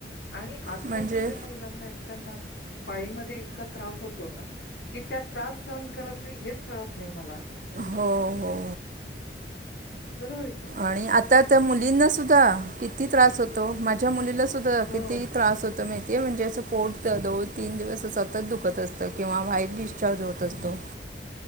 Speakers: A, on the left; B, on the right.
A: आणि आत्ताच्या
B: म्हणजे
A: ज्या महिलांना आहेत त्यांना पाळीमध्ये इतका त्रास होतो ना की त्यात त्रास सहन करत नाही हेच कळत नाही मला
B: हो हो
A: बरोंबर
B: आणि आता त्या मुलींनासुद्धा किती त्रास होतो माझ्या मुलीलासुद्धा
A: हो.
B: किती त्रास होतो. तर माहिती आहे म्हणजे असं पोटत दोन तीन दिवस सतत दुखत असतं किंवा वाईट डिस्चार्ज होत असतो.